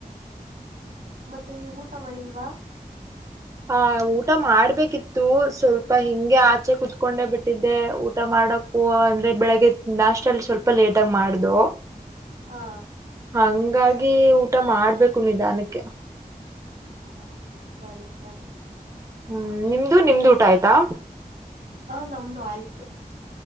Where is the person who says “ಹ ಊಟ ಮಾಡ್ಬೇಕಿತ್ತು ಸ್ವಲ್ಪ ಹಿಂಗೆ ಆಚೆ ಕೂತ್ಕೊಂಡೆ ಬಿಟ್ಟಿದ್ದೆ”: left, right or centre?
Right